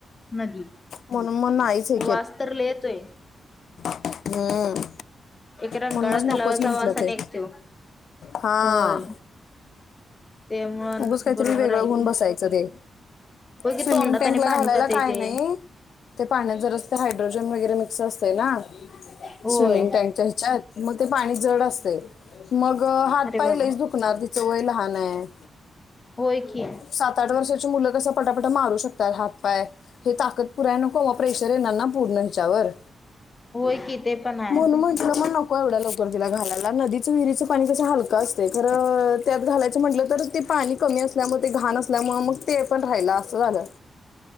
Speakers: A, on the left; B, on the left.
A: नदी.
B: म्हणून मग नाहीच हे
A: वास्तरलेय येतोय.
B: हम
A: एक रंकाळा
B: म्हणूनच
A: तलावाचा
B: नकोच म्हटलं
A: वास आणि
B: ते.
A: एक त्यो
B: हा.
A: होय. ते म्हण
B: उगाच काहीतरी
A: बरोबर
B: वेगळं
A: आहे
B: होऊन
A: की
B: बसायचं ते.
A: होय की
B: स्विमिंग
A: तोंडात
B: टॅंक
A: आणि
B: ला
A: पाणी
B: घालायला
A: जातंय
B: काय
A: ते.
B: नाही ते पाण्यात जरच ह्याड हायड्रोजन वगैरे मिक्स असते ना
A: होय
B: स्विमिंग टँकच्या ह्याच्यात मग. ते पाणी जड असते मग हात
A: अरे
B: पाहिलंहीच
A: बाबा
B: दुखणार तिचं वय लहान आहे.
A: होय की
B: सात आठ वर्षाची मुलं कस पटापट मारू शकतात हात पाय. हे ताकद पुराय नको प्रेशर येणार ना पूर्ण ह्याच्यावर.
A: होय कि ते पण आहे.
B: म्हणून म्हटलं नको मग एवढ्या लवकर तला घालायला नदीच विरीच पाणी कसं हलकां असतेय खर त्यात घालायचं म्हटलं तर ते. हे असल्यामुळे ते घण असल्यामुळे मग ते पण राहिलं असं झालं.